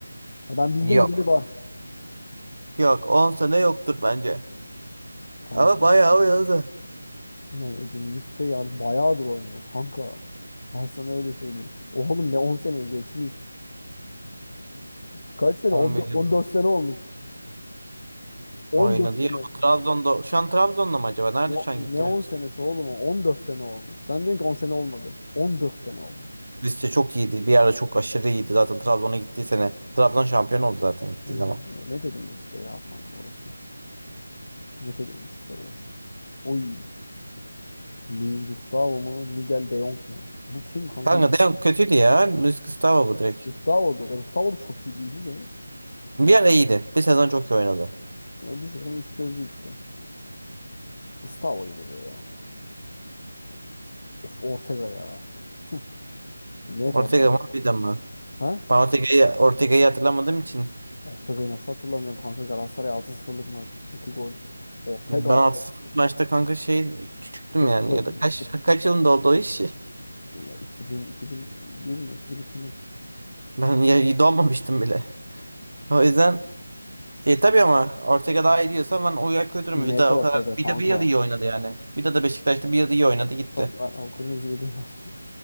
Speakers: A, on the left; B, on the right.
A: Ya ben bildim
B: Yok.
A: bildi var.
B: Yok. On sene yoktur bence.
A: Kanka
B: Ama bayağı oynadı.
A: yani Edin Visca yani bayağıdır oynuyor kanka. Ben sana öyle söyleyeyim. Oğlum ne 10 seneye geçmiş. Kaç sene?
B: On
A: 14
B: bir yıl
A: sene olmuş. 14
B: oynadı
A: sene.
B: ya. Bu Trabzon'da. Şu an Trabzon'da mı acaba? Nerede
A: Ne,
B: şu an
A: ne
B: gittim?
A: 10 senesi oğlum? o? on dört sene olmuş. Sen diyorsun ki 10 sene olmadı. 14 sene olmuş.
B: Rize çok iyiydi. Bir ara çok aşırı iyiydi. Zaten Trabzon'a gittiği sene. Trabzon şampiyon oldu zaten gittiği
A: Hı,
B: zaman.
A: e, ne dediğimiz şey ya kanka burası. Ne dediğimiz şey burası. Oy. Luis Gustavo mu? Nigel de Jong mu? Bu kim kanka?
B: Kanka Deon kötüydü ya. Luis Gustavo bu direkt.
A: Gustavo'dur. Ya Gustavo da çok iyi değildi de.
B: Bir ara iyiydi. Bir sezon çok iyi oynadı.
A: Ya biz zaten iş çözdü işte. Gustavo'ydu bu ya. Of Ortega ya. Hı, Net
B: Ortega
A: abi. ya.
B: mı bir de mi?
A: Ha?
B: Ben Ortega'yı Ortega'yı hatırlamadığım için
A: Ortega'yı nasıl hatırlamıyorum kanka? Galatasaray altı sıfırlık maç. 2 gol. Ortega.
B: ben altı 0 maçta kanka şey küçüktüm
A: Çö-
B: yani
A: çö-
B: ya da kaç kaç yılında oldu o iş? <laughs>
A: Ya 2000, 2001 mi? 2002 mi?
B: Ben ya doğmamıştım bile. O yüzden e tabii ama Ortega daha iyi diyorsa ben o yer kötü mü? Vida
A: Net
B: o
A: Ortega
B: kadar Vida
A: kanka.
B: bir yıl iyi oynadı yani. Vida da Beşiktaş'ta bir yıl iyi oynadı gitti.
A: Sonra o kırmızı yediği maç. <laughs>